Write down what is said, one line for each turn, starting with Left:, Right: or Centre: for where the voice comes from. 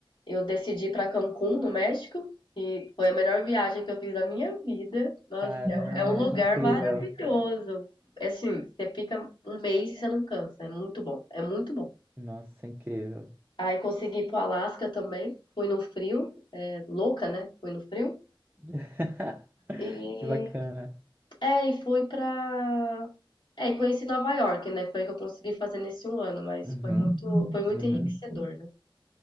Left: eu decidi ir para Cancún, no México. E Foi a melhor viagem que eu fiz da minha vida. Nossa,
Right: Caramba,
Left: é, um é um lugar
Right: que incrível.
Left: maravilhoso. É Assim, você fica um mês e você não cansa. É muito bom, é muito bom.
Right: Nossa, incrível.
Left: Aí consegui ir pro Alasca também. Fui no frio, é, louca, né? Fui no frio.
Right: <laughs>
Left: E
Right: Que bacana.
Left: é, e fui pra. É, e conheci Nova York, né? Foi o que eu consegui fazer nesse um ano, mas
Right: Uhum,
Left: foi muito, foi muito
Right: uhum.
Left: enriquecedor, né?